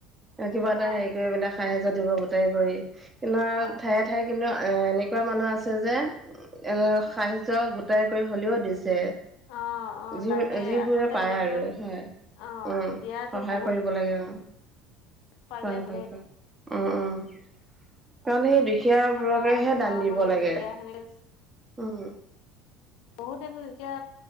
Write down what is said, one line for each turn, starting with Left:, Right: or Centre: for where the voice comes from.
Right: কিবা
Left: অ
Right: এটা হেৰি কৰি পিনে সাহায্য দিব গোটাই কৰি
Left: অ
Right: ঠায়ে ঠাই কিন্তু এনেকুৱা মানুহ আছে যে এ সাহা গোটাই কৰি হ'লেও দিছে।
Left: অ অ
Right: যিবোৰে
Left: লাগে আচলতে
Right: পায়
Left: সেনেকৈ
Right: আৰু হয়
Left: অ
Right: উম
Left: দিয়াতো
Right: সহায়
Left: বহুত
Right: কৰি। লাগে আও
Left: পাৰিলে
Right: পাই,
Left: ভালেই
Right: পাই‌, পাই, উম, উম কাৰণ সেই। খীয়া বোৰকহে
Left: অ আমি নোৱাৰা
Right: দান দিব
Left: মানুহ
Right: লাগে,
Left: যেতিয়া সেনেকে
Right: উম।
Left: বহুতেটো এতিয়া